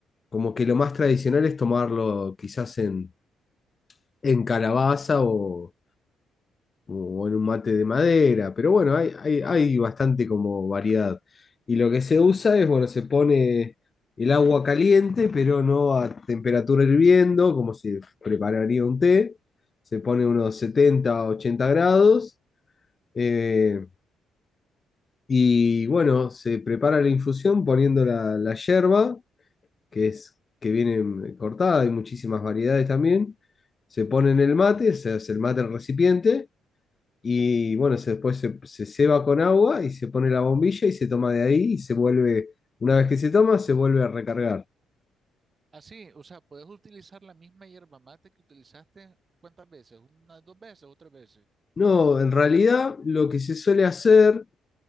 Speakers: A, on the left (about 35°); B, on the right (about 40°).
A: como que lo más tradicional es tomarlo quizás en, en calabaza o o en un mate de madera, pero bueno, hay, hay, hay bastante como variedad. Y lo que se usa es, bueno, se pone el agua caliente, pero no a temperatura hirviendo, como se prepararía un té. Se pone unos 70 80 grados. eh, y bueno, se prepara la infusión poniendo la, la yerba, que es que viene cortada, hay muchísimas variedades también. Se pone en el mate, se hace el mate al recipiente y bueno, se, después se, se ceba con agua y se pone la bombilla y se toma de ahí y se vuelve, una vez que se toma, se vuelve a recargar.
B: Así, o sea, puedes utilizar la misma hierba mate que utilizaste ¿cuántas veces? ¿Unas dos veces o tres veces?
A: No, en realidad lo que se suele hacer,